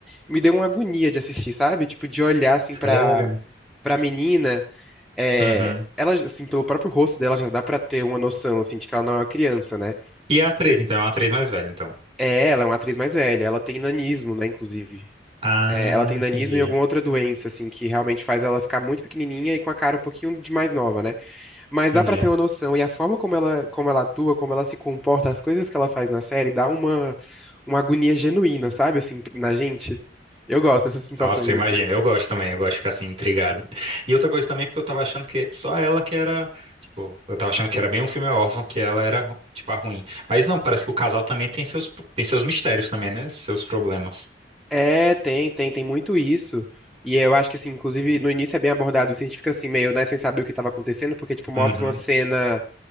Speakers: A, in the centre; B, on the right (about 40°).
A: me deu uma agonia de assistir, sabe? Tipo, de olhar, assim, pra,
B: Sério?
A: pra menina. É,
B: Uhum.
A: ela, assim, pelo próprio rosto dela já dá pra ter uma noção, assim, de que ela não é uma criança, né?
B: E a atriz, então, é uma atriz mais velha, então.
A: É, ela é uma atriz mais velha, ela tem nanismo, né, inclusive.
B: Ah,
A: É, ela tem
B: entendi.
A: nanismo e alguma outra doença, assim, que realmente faz ela ficar muito pequenininha e com a cara um pouquinho de mais nova, né? Mas
B: Entendi.
A: dá pra ter uma noção, e a forma como ela, como ela atua, como ela se comporta, as coisas que ela faz na série, dá uma, uma agonia genuína, sabe, assim, na gente. Eu gosto dessas sensações,
B: Nossa, imagina.
A: assim.
B: Eu gosto também, eu gosto de ficar assim, intrigado. E outra coisa também, porque eu tava achando que só ela que era. Tipo, eu tava achando que era bem um filme órfão, que ela era, ru- tipo, a ruim. Mas não, parece que o casal também tem seus, tem seus mistérios também, né? Seus problemas.
A: É, tem, tem, tem muito isso. E eu acho que, assim, inclusive, no início é bem abordado isso, a gente fica assim, meio, né, sem saber o que estava acontecendo, porque, tipo, mostra
B: Uhum.
A: uma cena